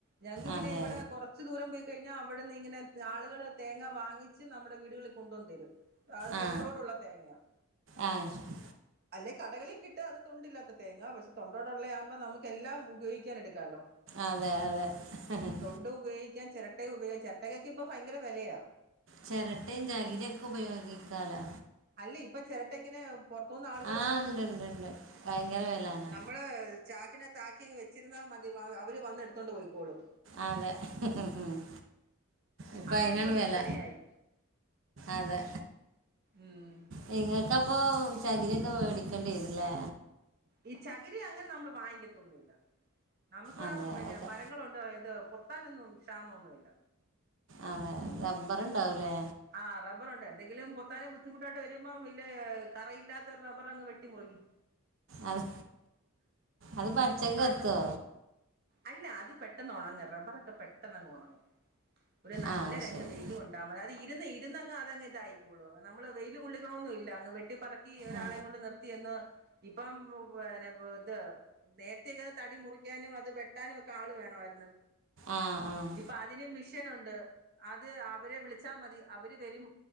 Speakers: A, on the right; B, on the right.
A: ഞങ്ങക്ക് പിന്നെ
B: അതെ
A: ഇവിടെ കുറച്ച് ദൂരം പോയി കഴിഞ്ഞാൽ അവിടുന്ന് ഇങ്ങനെ ആളുകള് തേങ്ങാ വാങ്ങി കുറച്ച് നമ്മുടെ വീടുകളിൽ കൊണ്ടുവന്ന് തരും അത്
B: ആ
A: തൊണ്ടോടുള്ള തേങ്ങയാ
B: ആ ആ, ശ-
A: അല്ലെ കടകളിൽ കിട്ടാ അത് തൊണ്ടില്ലാത്ത തേങ്ങ പക്ഷെ തൊണ്ടോടുള്ളയാമ്പം നമ്ക്ക് എല്ലാം ഉപയോഗിക്കാനെടുക്കാലോ
B: അതെ അതെ <unintelligible>
A: തൊണ്ട് ഉപയോഗിക്ക്യാൻ ചെരട്ടയ ഉപയോഗാം ചെരട്ടയക്കക്ക് ഇപ്പൊ ഭയര വെലയാ
B: ചെരട്ടയും ചഗിരിക്കൊ ഉപയോഗിക്കാലോ
A: അല്ല ഇപ്പ ചെരട്ട ഇങ്ങനെ പൊറത്തൂന്ന് ആളുകള്
B: ആ
A: വന്ന്
B: ഉണ്ട് ഉണ്ട് ഉണ്ട് ഭയങ്കര വിലയാണ്
A: നമ്മള് ചാക്കിനകത്താക്കിങ്ങ് വെച്ചിരുന്നാമതി അവര് വന്ന് എടുത്തോണ്ട് പോയിക്കോളും
B: അതെ <unintelligible> ഇപ്പ
A: അത്
B: അയിനാണ്
A: ഇപ്പം വിൽപ്പനയായി
B: വെല അതെ
A: ഉം
B: നിങ്ങക്കപ്പൊ ചകിരിക്കെ വേടിക്കണ്ടിരുലേ
A: ഈ ചകിരി അങ്ങനെ നമ്മള് വാങ്ങിക്കത്തൊന്നുല്ല നമുക്കിവിടെ
B: അതെ
A: പിന്നെ
B: ഒക്കെ
A: മരങ്ങളുണ്ട് ഇത് പൊ പൊത്താനൊന്നും ക്ഷാമൊന്നുഇല്ല
B: അതെ റബ്ബറ് ഇണ്ടാവുലേ
A: ആഹ് റബ്ബറുണ്ട് എന്തെങ്കിലും പൊത്താനെ ബുദ്ധിമുട്ടായിട്ട് വരുമ്പോം ഇലേ കറയില്ലാ ത്ത റബ്ബറ് അങ് വെട്ടി മുറിക്കും
B: അത് അത്പച്ചക്ക് കത്തോ
A: അത് അല്ല അത് പെട്ടെന്ന് ഉണങ്ങും റബ്ബറൊക്കെ പെട്ടെന്ന്ങ്ങ് ഉണങ്ങും ഒരു നല്ല
B: ആ
A: ര
B: ശരി
A: രണ്ടാമത് അതായത് ഇര്ന്ന് ഇര്ന്നങ്ങ് അതങ്ങ് ഇതായിക്കോളും നമ്മള് വെയില്കൊള്ളിക്ക്ണൊന്നുല്ല അങ്ങ് വെട്ടിപറ ക്കി ഒരാളെ
B: ആ
A: കൊണ്ട് നിർത്തിയന്ന് ഇപ്പം പിന്നെ പി ഇത് നേരത്തേക്കത് തടി മുറിക്കാനും അത് വെട്ടാനും ഒക്കെ ആള് വേണമായിരുന്നു
B: ആഹ് ആഹ്
A: ഇപ്പൊ അതിന് മിഷനുണ്ട് അത് അവരെ വിളിച്ചാൽ മതി അവര് വരും